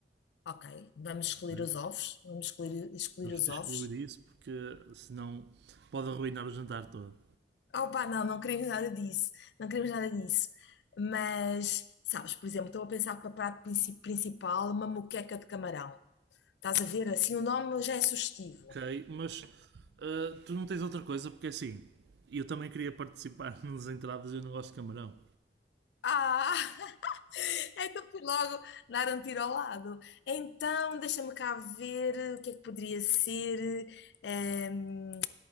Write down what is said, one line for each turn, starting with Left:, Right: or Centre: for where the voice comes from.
Left: ok, vamos
Right: ok?
Left: escolher os ovos, vamos escolher, escolher
Right: Temos
Left: os
Right: que
Left: ovos.
Right: excluir isso porque senão pode arruinar o jantar todo.
Left: Opa, não, não queremos nada disso, não queremos nada disso. Mas, sabes, por exemplo, estou a pensar para prato princi- principal uma moqueca de camarão. Estás a ver, assim, o nome já é sugestivo.
Right: Ok, mas ah, tu não tens outra coisa porque assim, eu também queria participar <laughs> nas entradas e eu não gosto de camarão.
Left: Ah, <laughs> então fui logo dar um tiro ao lado. Então, deixa-me cá ver o que é que poderia ser. ehm,